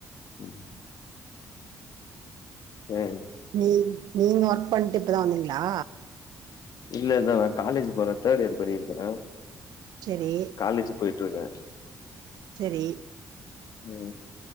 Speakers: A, on the left; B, on the right.
A: <inaudible> செரி
B: நீ நீங்க ஒர்க்ப்பண்ட்டு இப்பதா வந்திங்களா
A: இல்ல இல்ல நா காலேஜ் போறே தேர்ட் இயர் படிக்கருக்றே
B: செரீ
A: காலேஜ் போய்ட்டி இருக்கே
B: செரி
A: ம்